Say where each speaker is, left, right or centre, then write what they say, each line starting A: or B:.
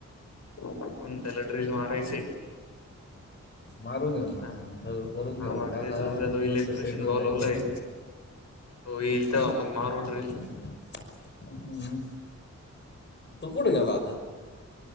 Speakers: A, on the left; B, on the left.
A: हों त्याला ड्रिल मारायचं ये.
B: मारून घेऊ ना मग
A: हा
B: सगळं करून घेऊ
A: मग
B: टाका
A: ते जोद्या तो
B: मस्त
A: इलेक्ट्रिशियन
B: सेट होऊन
A: बोलवलय.
B: जायचं
A: तो इल तेव्हा मग मारू ड्रिल.
B: हम्, तू कुठे गेला?